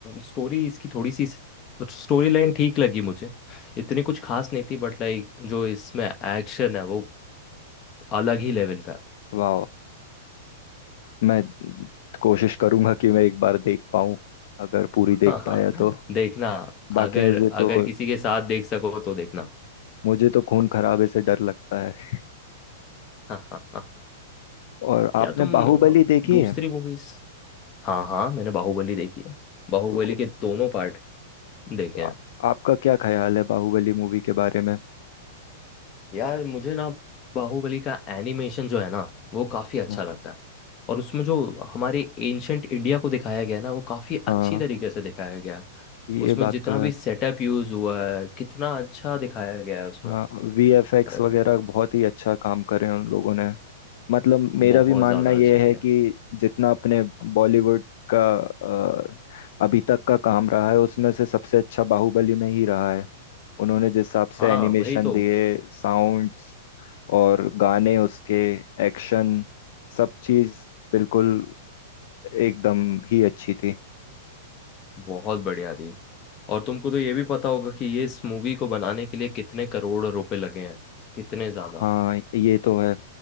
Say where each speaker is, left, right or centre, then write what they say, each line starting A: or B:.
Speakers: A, on the left; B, on the left.
A: स्टोरी इसकी थोड़ी सी स्टोरी लाइन ठीक लगी मुझे इतनी कुछ खास नहीं थी बट लाइक जो इसमें एक्शन है वो अलग ही लेवल का है।
B: वाह मैं कोशिश करूंगा कि मैं एक बार देख पाऊं अगर पूरी
A: <laughs>
B: देख
A: हाँ,
B: पाया तो
A: देखना
B: बाकी
A: अगर
B: मुझे तो
A: अगर किसी के साथ देख सको तो देखना
B: मुझे तो खून खराबे से डर लगता है
A: <laughs> क्या
B: और आपने
A: तुम
B: बाहुबली
A: अ,
B: देखी
A: दूसरी
B: है
A: मूवीज हाँ हाँ मैंने बाहुबली देखी है बाहुबली
B: तो
A: के दोनों पार्ट देखे हैं।
B: आ- आपका क्या ख्याल है बाहुबली मूवी के बारे में
A: यार मुझे ना बाहुबली का एनिमेशन जो है ना वो काफ़ी अच्छा
B: हाँ
A: लगता है और उसमें जो हमारे एंशंट इंडिया को दिखाया गया है ना वो काफ़ी
B: हाँ
A: अच्छी तरीके से दिखाया गया है
B: ये
A: उसमें
B: बात
A: जितना
B: तो
A: भी
B: है
A: सेटअप यूज़ हुआ है कितना अच्छा दिखाया गया है उसमें
B: हाँ वीएफएक्स
A: यार,
B: वगैरह बहुत ही अच्छा काम करे हैं उन लोगों ने मतलब मेरा
A: बहुत
B: भी मानना
A: ज़्यादा
B: यह
A: अच्छा किया
B: है कि जितना अपने बॉलीवुड का अ, अभी तक का काम रहा है उसमें से सबसे अच्छा बाहुबली में ही रहा है उन्होंने जिस हिसाब से
A: हाँ
B: एनिमेशन
A: वही तो
B: दिए साउंड्स और गाने उसके एक्शन सब चीज बिल्कुल एकदम ही अच्छी थी
A: बहुत बढ़िया थी और तुमको तो ये भी पता होगा कि ये इस मूवी को बनाने के लिए कितने करोड़ रुपए लगे हैं कितने ज़्यादा
B: हाँ ये तो है